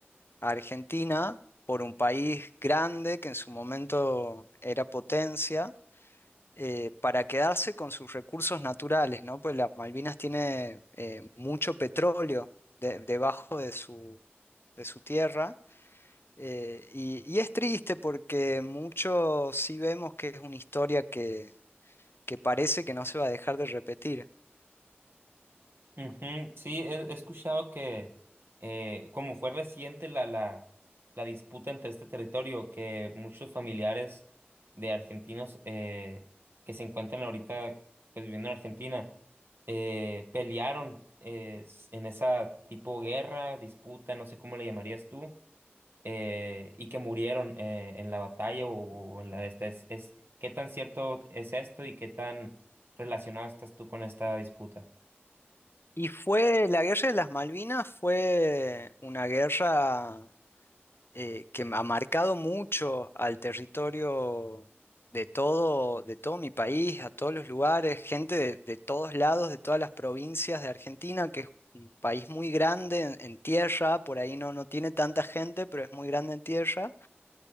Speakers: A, on the left; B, on the right.
A: a Argentina por un país grande que en su momento era potencia, eh, para quedarse con sus recursos naturales, ¿no? Pues las Malvinas tiene eh, mucho petróleo de- debajo de su, de su tierra. eh, y, y es triste porque mucho sí vemos que es una historia que que parece que no se va a dejar de repetir.
B: Ujú, Sí, he, he escuchado que eh, como fue reciente la, la, la disputa entre este territorio, que muchos familiares de argentinos eh, que se encuentran ahorita pues, viviendo en Argentina eh, pelearon eh, s- en esa tipo guerra, disputa, no sé cómo le llamarías tú, eh, y que murieron eh, en la batalla o, o en la de esta. Es, es, ¿qué tan cierto es esto y qué tan relacionado estás tú con esta disputa?
A: Y fue, la guerra de las Malvinas fue una guerra eh, que ha marcado mucho al territorio de todo, de todo mi país, a todos los lugares, gente de, de todos lados, de todas las provincias de Argentina, que es un país muy grande en, en tierra, por ahí no, no tiene tanta gente, pero es muy grande en tierra,